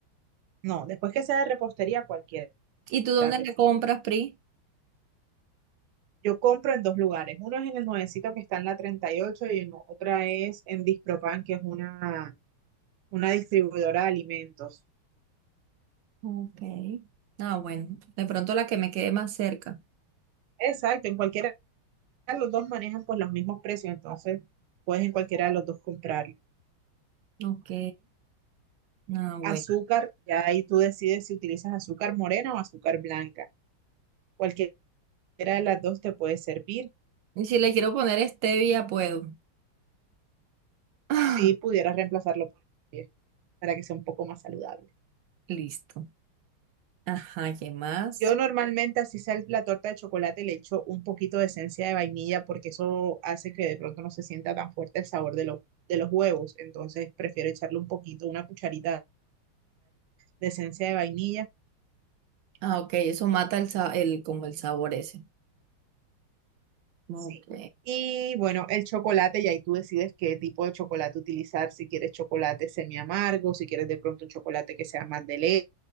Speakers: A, on the right; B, on the right.
A: No, después que sea de repostería, cualquiera
B: ¿Y tú dónde
A: te
B: la
A: sirve.
B: compras, Pri?
A: Yo compro en dos lugares. Uno es en el nuevecito que está en la 38 y ocho y en otra es en Dispropan, que es una, una distribuidora de alimentos.
B: Ok. Ah, bueno. De pronto la que me quede más cerca.
A: Exacto, en cualquiera de los dos manejan pues los mismos precios, entonces puedes en cualquiera de los dos comprarlo.
B: Ok. Ah, bueno.
A: Azúcar, ya ahí tú decides si utilizas azúcar morena o azúcar blanca. Cualquiera de las dos te puede servir.
B: Y si le quiero poner stevia, puedo. Ah,
A: si pudieras reemplazarlo por el kefir, para que sea un poco más saludable.
B: listo. Ajá, ¿qué más?
A: Yo normalmente, así sea el- la torta de chocolate, le echo un poquito de esencia de vainilla porque eso hace que de pronto no se sienta tan fuerte el sabor de, los de los huevos. Entonces prefiero echarle un poquito, una cucharita de esencia de vainilla.
B: Ah, ok, eso mata el, sa- el, como el sabor ese. Ok.
A: Sí. Y bueno, el chocolate, y ahí tú decides qué tipo de chocolate utilizar, si quieres chocolate semi amargo, si quieres de pronto un chocolate que sea más de le-